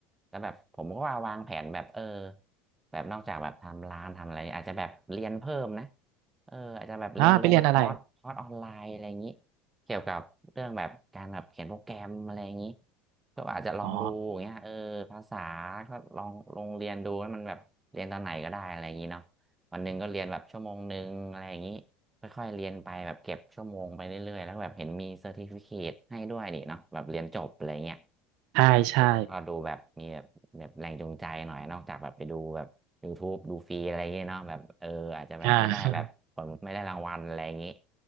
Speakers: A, on the right; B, on the right.
A: แล้วแบบผมก็ว่าวางแผนแบบเออแบบนอกจากแบบทำร้านทำอะไรอาจจะแบบเรียนเพิ่มนะเอออาจจะแบบเรียนลงคอร์สคอร์สออนไลน์อะไรอย่างนี้
B: อ่าไปเรียนอะไร
A: เกี่ยวกับเรื่องแบบการแบบเขียนโปรแกรมอะไรอย่างนี้ก็อาจจะลองดูอย่างเงี้ยเออภาษา
B: อ๋อ
A: ก็ลองลงเรียนดูให้มันแบบเรียนตอนไหนก็ได้อะไรอย่างนี้เนาะวันหนึ่งก็เรียนแบบชั่วโมงหนึ่งอะไรอย่างนี้ ค่อยๆเรียนไปแบบเก็บชั่วโมงไปเรื่อยๆแล้วแบบเห็นมีเซอร์ติฟิเคตให้ด้วยนี่เนาะแบบเรียนจบอะไรเงี้ย
B: ใช่ใช่
A: มันก็ดูแบบมีแบบแบบแรงจูงใจหน่อยนอกจากแบบไปดูแบบ YouTube ดูฟรีอะไรเงี้ยเนาะแบบเอออาจจะแบบไม่ได้แบบผลไม่ได้รางวัลอะไรอย่างงี้
B: อ่า <laughs> ใช่